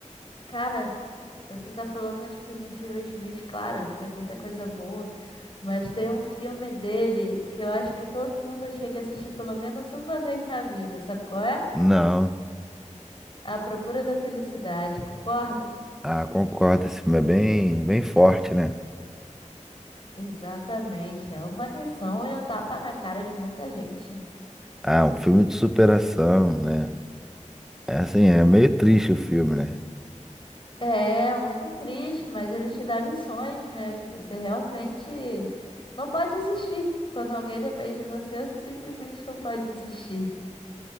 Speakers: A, on the left (about 45°); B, in the centre.
A: Cara, você tá falando de filmes de Will Smith, claro, ele tem muita coisa boa, mas tem um filme dele que eu acho que todo mundo chega a assistir pelo menos uma vez na vida, sabe qual é?
B: Não.
A: A Procura da Felicidade, concorda?
B: Ah, concordo. Esse filme é bem, bem forte, né?
A: Exatamente, é uma lição e o tapa na cara de muita gente, né?
B: Ah, um filme de superação, né? É assim, é meio triste o filme, né?
A: É, muito triste, mas ele te dá lições, né? Que você realmente não pode desistir. Quando alguém depende de você, você simplesmente não pode desistir.